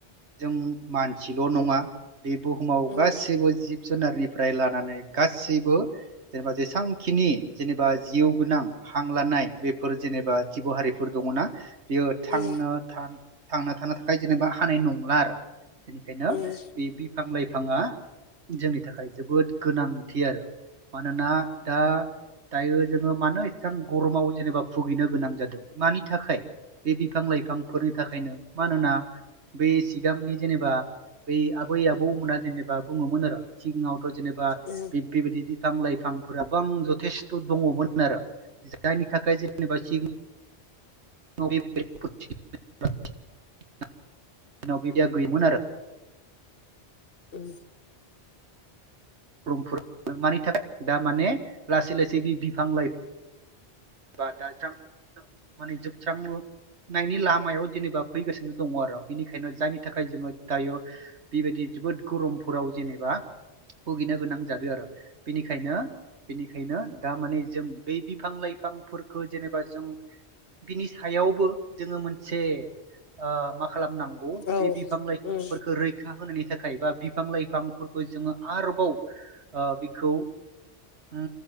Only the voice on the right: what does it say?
जों मानसिल' नङा बे बुहुमा
गासैबो जिब जुनारनिफ्राय लानानै गासैबो जेनेबा जेसांखिनि जेनेबा जिउ गोनां हां लानाय बेफोर जेनेबा जिब' हारिफोर दङना बियो थांनो
थानो थांना थानो थाखाय जेनेबा हानाय नंला आरो बेनिखायनो
बे बिफां लाइ फाङा जोंनि थाखाय जोबोद गोनांथि आरो मानोना दा टा <unintelligible> जोङो मानो एसेबां गरमाव जेनेबा भुगिनो गोनां जादों मानि थाखाय? बे बिफां लाइफांफोरनि थाखायनो मानोना बे सिगांनि जेनेबा बै आबै आबौ मोना जेनेबा बुङोमोन आरो सिगाङावथ' जेनेबा
बिब बेबायदि बिफां-लाइफां फोराबां जथेस्थ' दङमोन आरो जायनि थाखाय जेनेबा सि <unintelligible> <unintelligible> गैयोमोन आरो <unintelligible>
रामपुर मानि थाखाय दा माने लासै लासै बि बिफां लाइफां <unintelligible> नायनि लामायाव जेनेबा फैगासिनो दङ आरो बेनिखायनो जायनि थाखाय जोङो दायो बेबायदि जोबोद गरमफोराव जेनेबा भुगिनो गोनां जादों आरो बेनिखायनो बेनिखायनो दा माने जों बै बिफां लाइफांफोरखौ जेनेबा जों बिनि सायावबो जोङो मोनसे ओ मा खालामनांगौ
बे बिफां लाइफांफोरखौ
रैखा होनायनि थाखाय बा बिफां लाइफांफोरखौ जोङो आरोबाव ओ बेखौ ओ